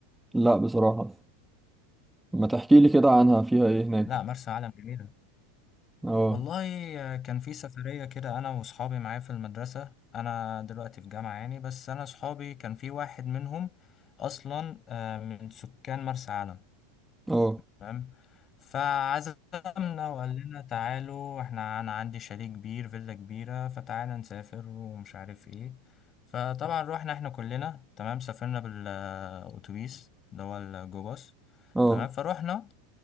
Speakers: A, in the centre; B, on the left (about 30°).
A: لا بصراحة ما تحكي لي كده عنها فيها ايه هناك
B: لا مرسى علم جميله
A: اه
B: والله آه، كان في سفرية كده أنا وصحابي معايا في المدرسة أنا دلوقتي في جامعة يعني بس أنا صحابي كان في واحد منهم أصلا آه، من سكان مرسى علم
A: اه
B: تمام فعزمنا وقال لنا تعالوا احنا أنا عندي شاليه كبير فيلا كبيرة فتعالى نسافر ومش عارف ايه فطبعا روحنا احنا كلنا تمام سافرنا بالأتوبيس اللي هو الجو باص
A: اه
B: تمام فروحنا